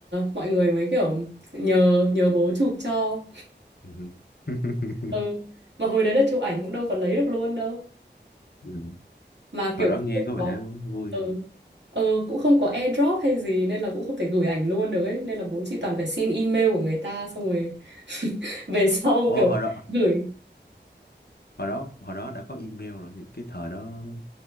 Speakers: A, on the right; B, on the left.
A: mọi người mới kiểu nhờ nhờ bố chụp cho.
B: Ừ. <laughs>
A: Ừ. Mà hồi đấy là chụp ảnh cũng đâu có lấy được luôn đâu.
B: Ừ.
A: Mà
B: Hồi
A: kiểu
B: đó
A: cũng
B: nghe
A: không
B: có vẻ
A: có
B: vui.
A: ừ. Ừ, cũng không có airdrop hay gì nên là cũng không thể gửi ảnh luôn được ấy nên là bố chị toàn phải xin email của người ta xong rồi <laughs> về sau
B: Ồ,
A: kiểu
B: hồi đó,
A: gửi
B: hồi đó, hồi đó đã có email rồi thì cái thời đó,